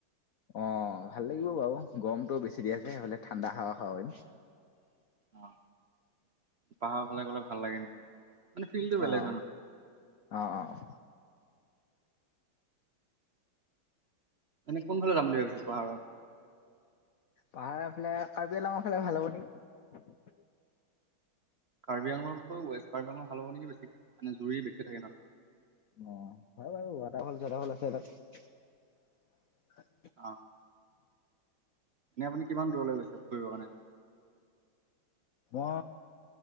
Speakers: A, on the left; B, on the right.
A: অ ভাল লাগিব বাৰু গৰমটো বেছি দি আছে সেইফালে ঠাণ্ডা হাৱা খাৱ
B: অ পাহাৰ হালে গলে ভাল লাগে নেকি মানে ফিল্ডটো বেলেগ
A: আহ
B: হয় ন
A: আহ আহ
B: এনেই কোনফালে যাম বুলি ভাবিছো পাহাৰৰ
A: পাহাৰৰ ফালে কাৰ্বি আলাঙৰ ফালে ভাল হ'ব নেকি
B: কাৰ্বি আংলতকৈ ৱেষ্ট কাৰি আং ভাল হ'ব নেকি বেছিকৈ মানে জুই বেছি থাকে নহয়
A: অ হয় বাৰু ৱাটাৰফল চটাৰফল আছে তাত
B: অ এনে আপুনি কিমান দূৰলৈ গৈছে ফুৰিবৰ কাৰণে নেকি
A: অ